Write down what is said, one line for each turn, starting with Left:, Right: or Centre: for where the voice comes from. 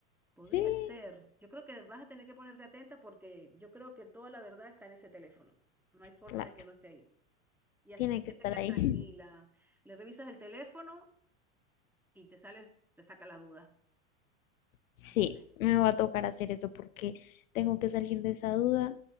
Centre: Podría
Left: Sí,
Centre: ser. Yo creo que vas a tener que ponerte atenta porque yo creo que toda la verdad está en ese teléfono. No hay forma
Left: claro,
Centre: de que no esté ahí. Y así
Left: tiene
Centre: también
Left: que estar
Centre: te quedas
Left: ahí.
Centre: tranquila.
Left: <laughs>
Centre: Le revisas el teléfono y te sales, te saca la duda.
Left: Sí,
Centre: No sé.
Left: me va a tocar hacer eso porque tengo que salir de esa duda,